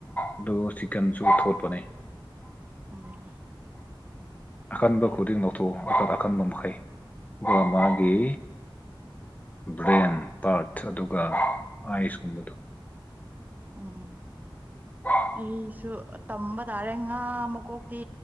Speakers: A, on the left (about 20°); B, on the right (about 20°).
A: ꯑꯗꯨꯒ ꯆꯤꯀꯟꯁꯨ ꯊꯣꯠꯄꯅꯦ
B: ꯂꯩꯋꯥ
A: ꯑꯀꯟꯕ ꯈꯨꯗꯤꯡ ꯂꯧꯊꯣꯛꯑꯣ ꯑꯀꯟ ꯑꯀꯟꯕ ꯃꯈꯩ ꯑꯗꯨꯒ ꯃꯥꯒꯤ ꯕ꯭ꯔꯦꯟ ꯄꯔ꯭ꯠꯊ ꯑꯗꯨꯒ ꯑꯥꯏꯁ ꯀꯨꯝꯕꯗꯣ
B: ꯎꯝ
A: ꯑ <inaudible>
B: ꯑꯩꯁꯨ ꯑꯥ ꯇꯝꯕ ꯇꯥꯔꯦ ꯉꯥ ꯃꯀꯣꯛꯇꯤ